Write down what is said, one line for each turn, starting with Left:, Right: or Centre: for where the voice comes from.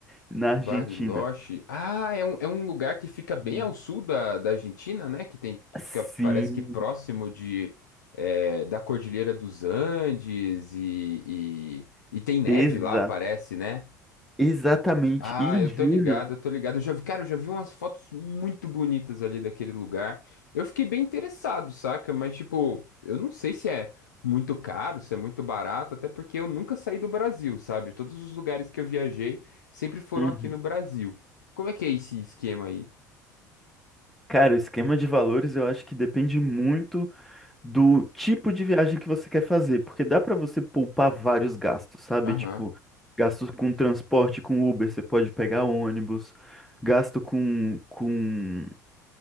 Centre: na Argentina.
Left: Bariloche. Ah, é um, é um lugar que fica bem
Centre: Hum.
Left: ao sul da, da Argentina, né? Que tem, que
Centre: Sim,
Left: fica, parece que próximo de, é, da Cordilheira dos Andes e, e, e tem neve
Centre: exa
Left: lá, parece, né?
Centre: exatamente.
Left: Ah,
Centre: E em
Left: eu
Centre: julho,
Left: tô ligado, eu tô ligado. Eu já vi, cara, eu já vi umas fotos muito bonitas ali daquele lugar. Eu fiquei bem interessado, saca? Mas, tipo, eu não sei se é muito caro, se é muito barato, até porque eu nunca saí do Brasil, sabe? Todos os lugares que eu viajei sempre foram
Centre: Uhum.
Left: aqui no Brasil. Como é que é esse esquema aí?
Centre: cara, o esquema de valores eu acho que depende muito do tipo de viagem que você quer fazer, porque dá pra você poupar vários gastos, sabe?
Left: Aham.
Centre: Tipo, gastos com transporte, com Uber, você pode pegar ônibus, gasto com, com,